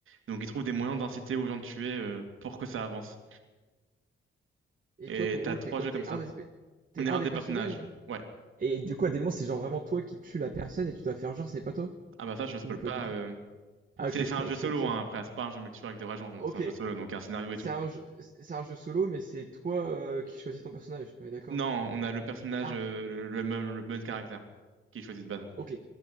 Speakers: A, on the right; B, on the right.
A: Donc, ils trouvent des moyens d'inciter aux gens de tuer, euh, pour que ça avance.
B: Et
A: Et
B: toi, ton
A: t'as
B: rôle,
A: trois
B: t'es quoi?
A: jeux
B: T'es
A: comme ça.
B: un des, t'es
A: On est
B: un
A: un
B: des
A: des
B: personnages?
A: personnages. Ouais.
B: Et du coup, à des moments, c'est genre vraiment toi qui tue la personne et tu dois faire genre c'est pas toi?
A: Ah bah ça, je spoil
B: Ou pas
A: pas.
B: du tout?
A: euh.
B: Ah,
A: C'est
B: ok, <laughs>
A: c'est un
B: ok,
A: jeu solo,
B: ok.
A: hein, après, c'est pas un jeu multijoueur avec des vrais gens, donc
B: Ok.
A: c'est un jeu solo, donc il y a un scénario et
B: C'est
A: tout.
B: un jeu, c'est un jeu solo, mais c'est toi euh, qui choisis ton personnage. On est d'accord?
A: Non, on a le personnage,
B: Ah,
A: euh, le, le même, le même caractère qui est choisi de base.
B: ok,